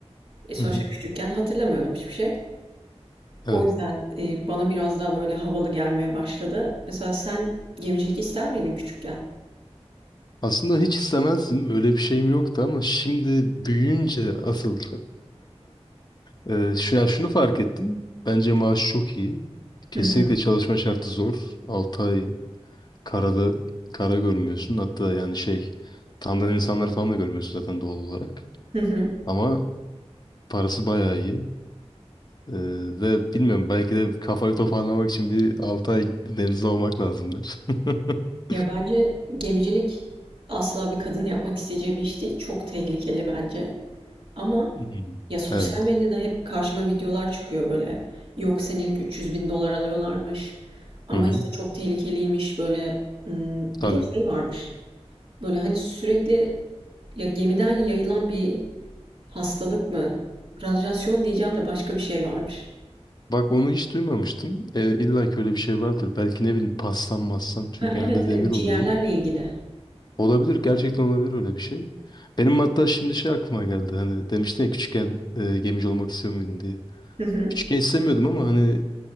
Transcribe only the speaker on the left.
Hı hı.
Evet.
Aslında hiç istemezdim. Öyle bir şeyim yoktu ama şimdi büyüyünce asıl e, <laughs> e, şu, ya şunu fark ettim. Bence maaş çok iyi.
Kesinlikle
çalışma şartı zor. 6 ay karada kara görmüyorsun. Hatta yani şey tanıdığın insanları falan da görmüyorsun zaten doğal olarak.
Ama parası bayağı iyi. E, ve bilmiyorum belki de kafayı toparlamak için bir 6 ay denizde olmak lazımdır. <laughs>
Hmm.
Evet.
Hı hı.
Tabii.
Bak onu hiç duymamıştım. Ee, illa ki öyle bir şey vardır. Belki ne bileyim pastan mastan. Çünkü
genelde demir
oluyor.
Olabilir. Gerçekten olabilir öyle bir şey. Benim hatta şimdi şey aklıma geldi. Hani demiştin ya küçükken e, gemici olmak istiyor muydun diye.
Küçükken istemiyordum ama hani